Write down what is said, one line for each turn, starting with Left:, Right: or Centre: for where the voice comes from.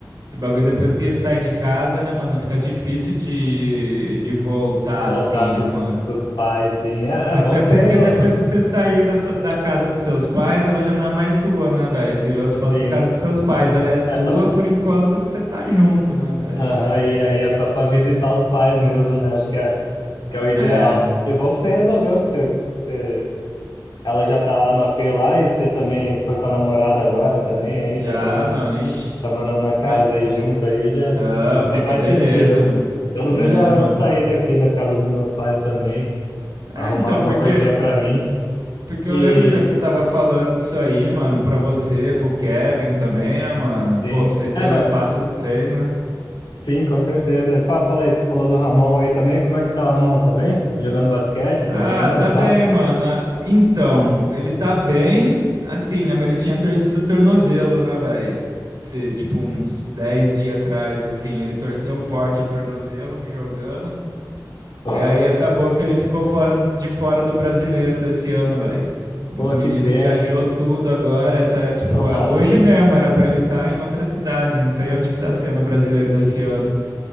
Right: Esse bagulho depois que sai de casa, né, mano? Fica difícil de, de voltar
Left: voltar
Right: assim,
Left: com
Right: né,
Left: os,
Right: mano?
Left: com os pais, sim. É,
Right: Até
Left: é bom que
Right: porque
Left: você resolve.
Right: depois que você saiu da, sua- da casa dos seus pais, ela já não é mais sua, né, velho? Virou só
Left: Sim,
Right: do casa dos seus pais. Ela é sua
Left: é só.
Right: por enquanto que você tá junto, né, velho?
Left: Aham,
Right: Mas.
Left: e aí é só pra visitar os pais mesmo, né? Acho que é, que é o ideal.
Right: É.
Left: E bom que você resolveu que você, você- Ela já tá lá no AP lá e você também foi com a namorada agora também, aí
Right: Já,
Left: tá morando.
Right: mano. Ixi.
Left: tá morando na casa
Right: Mas.
Left: aí junto aí, já,
Right: Tamo,
Left: já tem
Right: tá
Left: mais
Right: beleza,
Left: sentido.
Right: mano.
Left: Eu não
Right: É,
Left: vejo a hora
Right: mano.
Left: de sair daqui da casa dos meus pais também,
Right: É,
Left: arrumar
Right: então,
Left: alguma
Right: porque.
Left: coisinha pra mim.
Right: Porque
Left: E
Right: eu lembro já que você tava falando disso aí, mano, pra você, pro Kevin também, né, mano?
Left: sim,
Right: Pô, pra vocês
Left: é,
Right: terem
Left: mas
Right: o espaço dos seis, né?
Left: sim, com certeza. E fala, fala aí, você falou do Ramon aí também. Como é que tá o Ramon? Tá bem? Jogando basquete,
Right: Ah,
Left: treinando
Right: tá
Left: e tal?
Right: bem, mano. Ah, Então, ele tá bem, assim, né? Mas ele tinha torcido o tornozelo, né, velho? Se, tipo, uns 10 dias atrás, assim, ele torceu forte o tornozelo jogando.
Left: Aham.
Right: E aí acabou que ele ficou fora de fora do brasileiro desse ano, velho.
Left: Pô,
Right: Os meninos
Left: que pena.
Right: viajou tudo agora. Essa, tipo,
Left: Nossa.
Right: é- hoje mesmo era pra ele estar em outra cidade. Não sei onde que tá sendo o brasileiro desse ano,